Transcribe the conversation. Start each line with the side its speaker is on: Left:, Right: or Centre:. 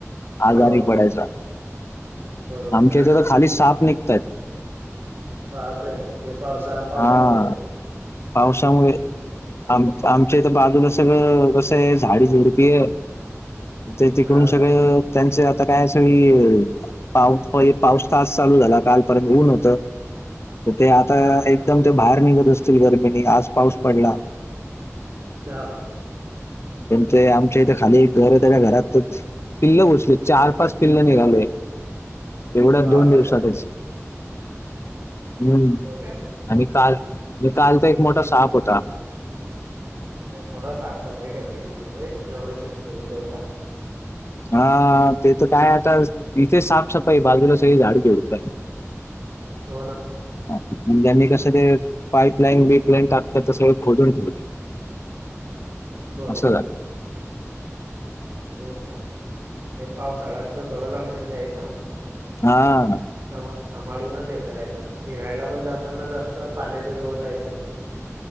Right: हो
Left: आजारी पडायचा.
Right: बरोबर
Left: आमच्या इथे तर खाली साप निघतायत.
Right: बापरे हे पावसा- पावसामुळे
Left: हा, पावसामुळे
Right: हम्म
Left: आम आमच्या इथ बाजूला सगळं कसं आहे, झाडी झुडपी आहे. ते तिकडून
Right: हा
Left: सगळ, त्यांच आता काय सगळी पाऊस पाऊस तास चालू झाला, कालपर्यंत ऊन होतं. तर ते आता
Right: हा
Left: एकदम ते बाहेर निघत असतील गर्मीनी, आज पाऊस पडला.
Right: हा.
Left: त्यां आमच्या
Right: हे
Left: इथे खाली घर ये, त्याच्या घरातच, पिल्ल घुसली, चार पाच पिल्ल निघालय‌. एवढ्या
Right: बापरे
Left: दोन दिवसातच, हम्म!
Right: होय काय?
Left: आणि काल, काल तर एक मोठा साप होता.
Right: थोडा साफ सफाई ठेवायची तिकडे, जेवढ शक्य होईल तेवढं.
Left: हा, ते तर काय आता, इथे साफ सफाई बाजूला सगळी झाड झुडप आहेत.
Right: हो ना
Left: हा, म्हणजे आम्ही कस ते पाईप लाईन, बीप लाईन टाकताना, ते सगळं खोदून ठेवलंय.
Right: बरोबर.
Left: असं झालं.
Right: तेच ना, हे पावसाळ्यांचं थोडं लक्षात द्यायचं.
Left: हा.
Right: स सभाळूनच हे करायचं, फीरायला पण जाताना, जास्त पाण्याच्या जवळ जायचं नाही.